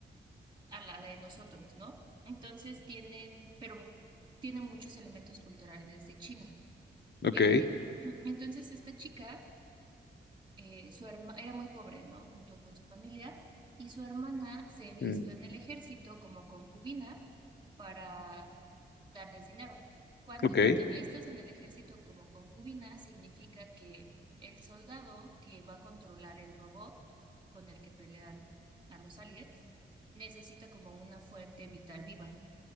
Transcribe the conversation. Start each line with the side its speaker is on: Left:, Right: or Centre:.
Right: a la, a la de nosotros, ¿no? Entonces tienen, pero tienen muchos elementos culturales de China.
Left: ok,
Right: Eh, <clears throat> entonces esta chica, eh, su herma, era muy pobre, ¿no? Junto con su familia, y su hermana se enlistó
Left: mm,
Right: en el ejército como concubina para darles dinero. Cuando
Left: ok.
Right: tú te enlistas en el ejército como concubina, significa que el soldado que va a controlar el robot con el que pelean a los aliens necesita como una fuente vital viva.